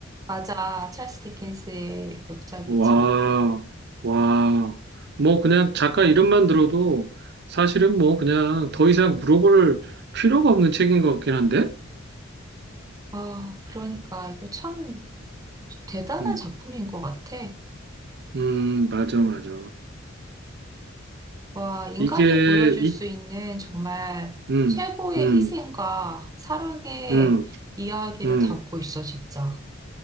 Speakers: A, on the right; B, on the right.
A: 맞아, 찰스 디킨스의 역작이지.
B: 와, 와. 뭐 그냥 작가 이름만 들어도 사실은 뭐 그냥 더 이상 물어볼 필요가 없는 책인 것 같긴 한데?
A: 아, 그러니까 이거 참 대단한
B: 음,
A: 작품인 것 같아.
B: 음, 맞아, 맞아.
A: 와, 인간이
B: 이게,
A: 보여줄
B: 이,
A: 수 있는 정말
B: 음,
A: 최고의
B: 음,
A: 희생과 사랑의
B: 음,
A: 이야기를
B: 음.
A: 담고 있어, 진짜.